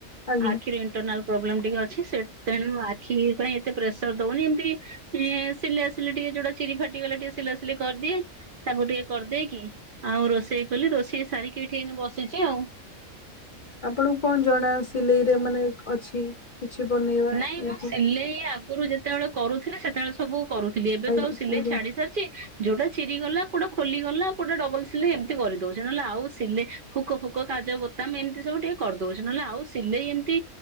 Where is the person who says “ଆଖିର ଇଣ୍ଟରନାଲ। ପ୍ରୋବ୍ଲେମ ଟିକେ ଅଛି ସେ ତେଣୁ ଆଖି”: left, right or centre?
Right